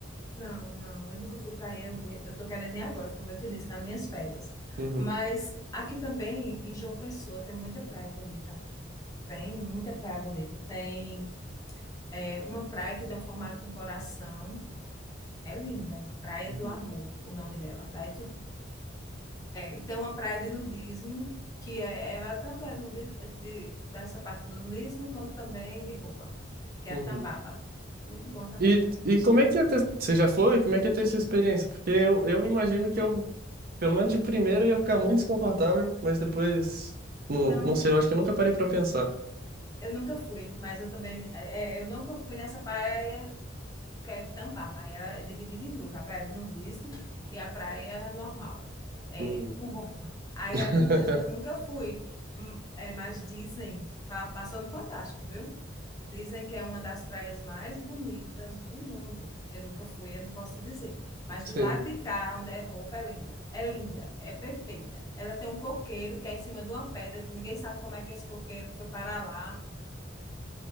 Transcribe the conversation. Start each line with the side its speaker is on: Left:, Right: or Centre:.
Left: Não, não, eu nunca fui para eu, me- eu tô querendo ir agora, como eu te disse, nas minhas férias.
Right: Uhum,
Left: Mas aqui também, em João Pessoa, tem muita praia bonita. Tem muita praia bonita. Tem é, uma praia que tem o formato de um coração. É linda. Praia
Right: uhum,
Left: do Amor, o nome dela. Daí tu, é, e tem uma praia de nudismo, que é, ela tanto é nudi- é de, dessa parte do nudismo, como também de roupa, que
Right: uhum.
Left: é a Tambaba. Muito bom também.
Right: E, e como é que ia ter, você já foi? Como é que ia ter essa experiência? Porque eu, eu imagino que eu, pelo menos de primeira, eu ia ficar muito desconfortável, mas depois, não,
Left: Não,
Right: não sei, eu acho que eu nunca parei pra pensar.
Left: eu nunca fui, mas eu também, é, é, eu nunca fui nessa praia que é Tambaba. Aí ela é dividida em duas, a praia de nudismo e a praia normal, é,
Right: Uhum.
Left: com roupa. Aí
Right: <laughs>
Left: a de nudismo eu nunca fui, hum, é, mas dizem, fa- passou no Fantástico, viu? Dizem que é uma das praias mais bonitas do mundo. Eu nunca fui, eu não posso te dizer. Mas
Right: Sim.
Left: do lado de cá, onde é roupa, é linda. É linda, é perfeita. Ela tem um coqueiro que é em cima de uma pedra, que ninguém sabe como é que esse coqueiro foi para lá,